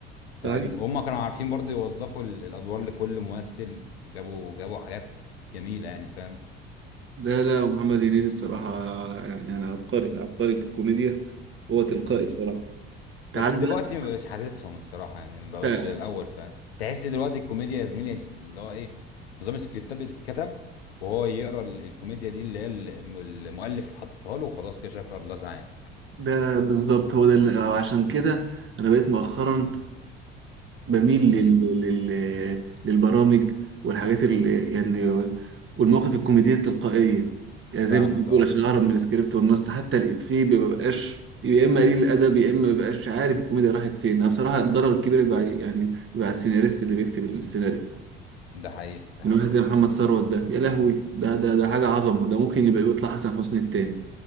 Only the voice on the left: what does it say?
فاهم
وهم كانوا عارفين برضه يوظفوا ال- الادوار لكل ممثل وجابوا جابوا حاجات جميلة يعني فاهم
مم.
بس دلوقتي
ما بقاش حاسسهم الصراحه يعني ما بقوش
زي الاول فتحس دلوقتي الكوميديا يا زميلي اللي هو ايه نظام السكريبتات بتتكتب وهو يقرا ال- الكوميديا دي اللي هي الم- المؤلف حاططها له وخلاص كده شكر الله سعيه
امم
فاهمك
اه
ده حقيقه ده
حقيقه